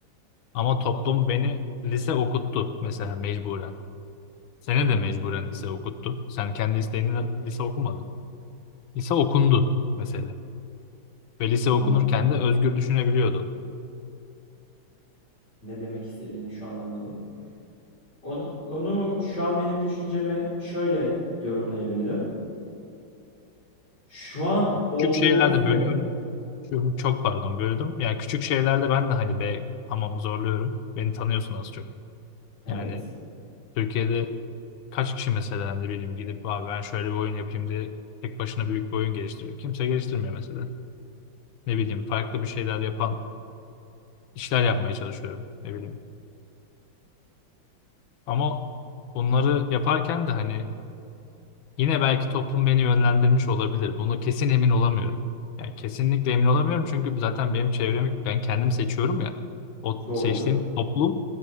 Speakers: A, on the left; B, on the left.
A: Ama toplum
B: O-
A: beni lise okuttu mesela mecburen. Seni
B: anladım.
A: de mecburen lise okuttu. Sen kendi isteğinle lise okumadın. Lise okundu mesela. Ve lise
B: Anladım.
A: okunurken de özgür düşünebiliyordun.
B: Ne demek istediğini şu an anladım. Onu, onu şu an benim düşünceme şöyle yorumlayabilirim. Şu an olduğumuz
A: Küçük şeylerde
B: ve
A: bölüyorum. Çok, çok pardon böldüm. Yani küçük şeylerde ben de hani be tamam zorluyorum. Beni tanıyorsun az çok.
B: evet,
A: Yani Türkiye'de kaç kişi mesela ne bileyim gidip abi ben şöyle bir oyun yapayım diye tek başına büyük bir oyun geliştiriyor. Kimse geliştirmiyor mesela. Ne bileyim farklı bir şeyler yapan işler yapmaya çalışıyorum ne bileyim. Ama bunları yaparken de hani yine belki toplum beni yönlendirmiş olabilir. Bunu kesin emin olamıyorum. Yani kesinlikle emin olamıyorum çünkü zaten benim çevremi ben kendim seçiyorum ya. O
B: doğrudur.
A: seçtiğim toplum